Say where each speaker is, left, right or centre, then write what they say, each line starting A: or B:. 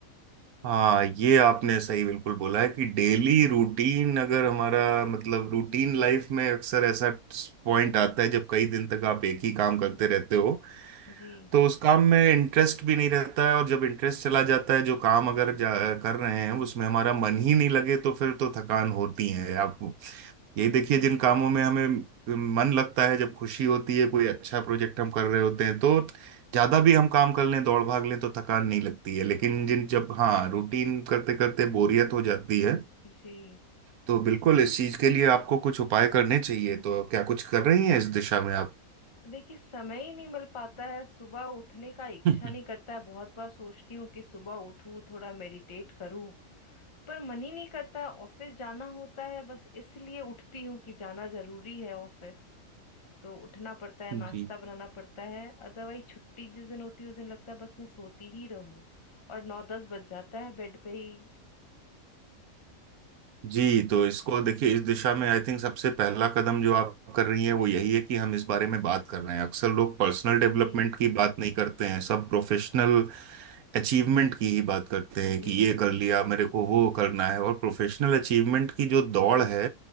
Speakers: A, on the right (about 80°); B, on the left (about 25°).
A: हाँ ये आपने सही बिल्कुल बोला है कि डेली रूटीन अगर हमारा मतलब रूटीन लाइफ में अक्सर ऐसा पॉइंट आता है जब कई दिन तक आप एक ही काम करते रहते हो
B: जी
A: तो उस काम में इंटरेस्ट भी नहीं रहता है और जब इंटरेस्ट चला जाता है जो काम अगर जा, कर रहे हैं उसमें हमारा मन ही नहीं लगे तो फिर तो थकान होती है आप यही देखिए
B: जी
A: जिन कामों
B: बिल्कुल
A: में हमें मन लगता है जब खुशी होती है कोई अच्छा प्रोजेक्ट हम कर रहे होते हैं तो ज्यादा भी हम काम कर लें दौड़ भाग लें तो थकान नहीं लगती है लेकिन जिन जब हाँ रूटीन करते करते बोरियत हो जाती है
B: जी
A: तो बिल्कुल इस चीज के लिए आपको कुछ उपाय करने चाहिए तो क्या कुछ कर रही हैं इस दिशा में आप
B: देखिए समय ही नहीं मिल पाता है सुबह उठने का इच्छा
A: <laughs>
B: नहीं करता है बहुत बार सोचती हूँ कि सुबह उठूँ थोड़ा मेडिटेट करूँ पर मन ही नहीं करता ऑफिस जाना होता है बस इसलिए उठती हूँ कि जाना जरूरी है ऑफिस तो उठना पड़ता है
A: जी
B: नाश्ता बनाना पड़ता है अदरवाइज छुट्टी जिस दिन होती है उस दिन लगता है बस मैं सोती ही रहूँ और नौ दस बज जाता है बेड पे ही
A: जी तो इसको देखिए इस दिशा में आई थिंक सबसे पहला कदम जो आप कर रही हैं वो यही है कि हम इस बारे में बात कर रहे हैं अक्सर लोग पर्सनल डेवलपमेंट
B: जी
A: की बात नहीं करते हैं सब प्रोफेशनल अचीवमेंट की ही बात करते हैं
B: जी
A: कि ये कर लिया मेरे को वो करना है और प्रोफेशनल अचीवमेंट की जो दौड़ है